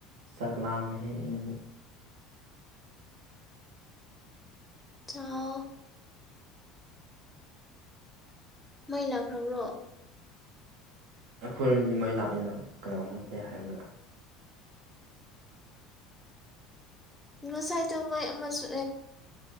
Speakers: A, on the right (about 75°); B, in the centre.
A: ꯆꯥꯛꯂꯥꯝꯃ‌ꯦ ꯍ‌ꯦ ꯑꯩ꯫
B: ꯆꯥꯎ꯫ ꯃꯩ ꯂꯥꯛꯈ꯭ꯔꯕ꯭ꯔꯣ꯫
A: ꯑꯩꯈꯣꯏꯔꯣꯝꯗꯤ ꯃꯩ ꯂꯥꯛꯏꯅ ꯀꯅꯥ ꯃꯨꯠꯂꯦ ꯍꯥꯏꯕ꯭ꯔꯥ
B: ꯉꯁꯥꯏꯗꯣ ꯃꯥꯏ ꯑꯃꯁꯨ